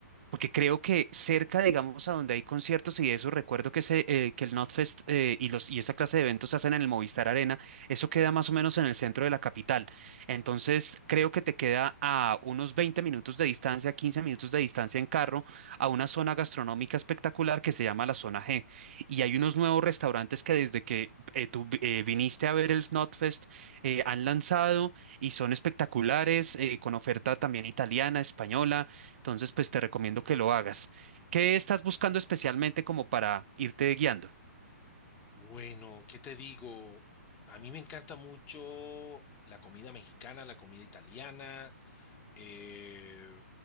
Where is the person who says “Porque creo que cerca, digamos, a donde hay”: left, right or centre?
Right